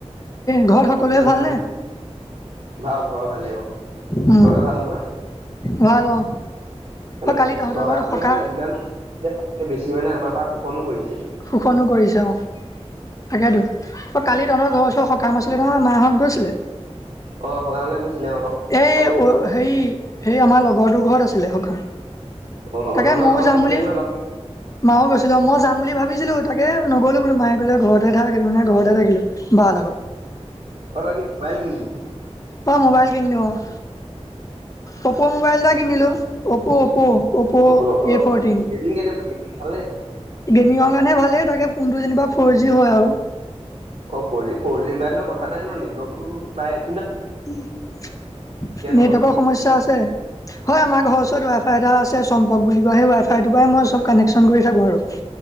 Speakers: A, on the left; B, on the right.
A: ঘৰত সকলোৱে
B: যিমানে
A: ভালনে?
B: ভাল ঘৰৰ ভালেই অ,
A: উম
B: তহঁত ভাল নহয়?
A: ভাল অ
B: মানে,
A: অ কালি তহঁতৰ
B: চৰকাৰখনে
A: ঘৰত সকাহ
B: মানে যিমান বেছি মানে আমাৰ পৰা শুকনো কৰিছে।
A: শোষণো কৰিছে অঁ। তাকেইতো অ কালি তহঁতৰ ঘৰ ওচৰ সকাম আছিলে নহয় মাহঁত গৈছিলে
B: অ সকামলে গৈছিলে অ
A: এই
B: পাইছে নহয়
A: অ সেৰি সেই আমাৰ লগৰটোৰ ঘৰত আছিলে সকাম।
B: অ
A: তাকে
B: অ তহঁতৰ
A: ময়ো
B: মাও
A: যাম
B: গৈছিলে
A: বুলি,
B: নহয় লগ
A: মাও গৈছিলো মই যাম যাম বুলি ভাবিছিলো তাকে নগ'লো বোলো মায়ে ক'লে ঘৰতে থাক সেই কাৰণেই ঘৰতে থাকিলো বা লগত।
B: অ তই কি মোবাইল কিনিলি
A: মই মোবাইল কিনিলো অ, অ'প' মোবাইল এটা কিনিলোঁ, অ'প' অ'প'। অ'প'
B: অ
A: এ ফ'ৰ্টিন
B: অ গেমিং কেনেকুৱা গেমিং ভালনে?
A: গেমিং কাৰণে ভালে থাকে ফোনটো যেনিবা ফ'ৰ জি হয় আৰু
B: অ ফৰ জি মোবাইলৰ কথা নাই নহয় নেটৱৰ্কটো পাই।
A: নেটৱৰ্কৰ
B: নহয়।
A: সমস্যা আছে, হয় আমাৰ ঘৰ ওচৰত ত ৱাই ফাই এটা আছে চম্পক বুলি কোৱা সেই ৱাই ফাইটোৰ পৰাই মই চব কানেকশ্যন কৰি থাকোঁ আৰু।